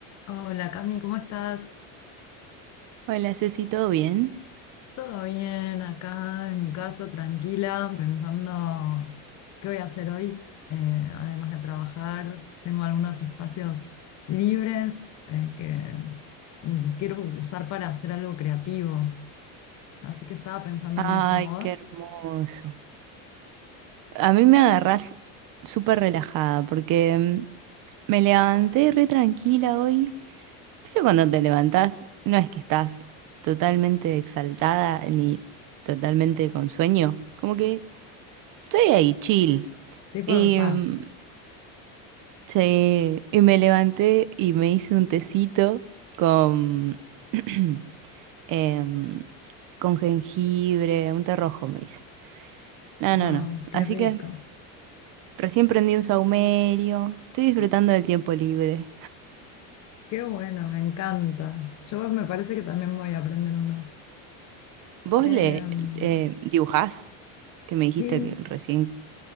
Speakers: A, on the left; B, on the right.
A: Hola Cami, ¿cómo estás?
B: Hola, Ceci, ¿todo bien?
A: ¿Todo bien acá en mi casa, tranquila, pensando qué voy a hacer hoy? Eh, además de trabajar, tengo algunos espacios libres eh, que mm, quiero usar para hacer algo creativo. Así que estaba pensando
B: Ay,
A: en eso vos.
B: qué hermoso. A mí me agarrás súper relajada porque mm, me levanté re tranquila hoy. Pero cuando te levantás, no es que estás totalmente exaltada ni totalmente con sueño. Como que estoy ahí, chill.
A: Tipo
B: Y,
A: en paz.
B: mm, sí, y me levanté y me hice un tecito con, <clears throat> em, con jengibre, un té rojo me hice. No,
A: Wow,
B: no, no.
A: qué
B: Así
A: rico.
B: que recién prendí un saumerio. Estoy disfrutando del tiempo libre.
A: Qué bueno, me encanta. Yo me parece que también voy a aprender uno.
B: ¿Vos
A: Em,
B: le eh, dibujás? Que me dijiste
A: sí,
B: que recién.